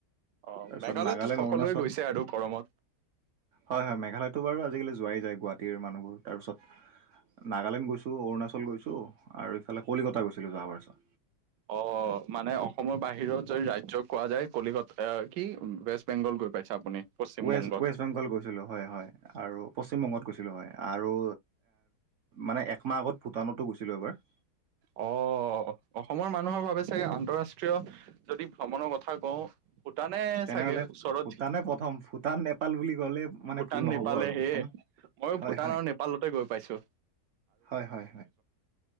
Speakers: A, on the right (about 90°); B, on the right (about 65°).
A: অ
B: তাৰপিছত
A: মেঘালয়তো
B: নাগালেণ্ড
A: সকলোৱে
B: অৰুণাচল
A: গৈছে আৰু গৰমত
B: হয় হয় মেঘালয়। টো বাৰু আজিকালি যোৱাই যায় গুৱাহাটীৰ মানুহবোৰ তাৰপিছত। নাগালেণ্ড গৈছোঁ অৰুণাচল গৈছোঁ আৰু ইফালে কলিকতা গৈছিলোঁ যোৱা মাৰ্চত।
A: অ মানে অসমৰ বাহিৰত যদি ৰাজ্য কোৱা যায় কলিকতা কি ৱেষ্ট বেংগল। গৈ পাইছে আপুনি। পশ্চিম
B: ৱেষ্ট
A: বংগত
B: ৱেষ্ট বেংগল গৈছিলোঁ হয় হয় আৰু পশ্চিমবংগত গৈছিলোঁ হয় আৰু। মানে এক মাহ আগত ভূটানতো গৈছিলো এবাৰ।
A: অহ অসমৰ মানুহৰ ভাবে চাগে আন্তৰাষ্ট্ৰীয় যদি ভ্ৰমণৰ কথা কওঁ। ভূটানে
B: তেনেহ'লে
A: চাগে ওচৰত।
B: ভূটানে প্ৰথম ভূটান নেপাল বুলি ক'লে মানে
A: ভূটান
B: ভুল নহ'ব
A: নেপালে
B: আৰু
A: হে
B: প্ৰথম
A: মইও
B: হয়
A: ভূটান
B: হয়
A: আৰু নেপালতে গৈ পাইছোঁ।
B: হয় হয় হয়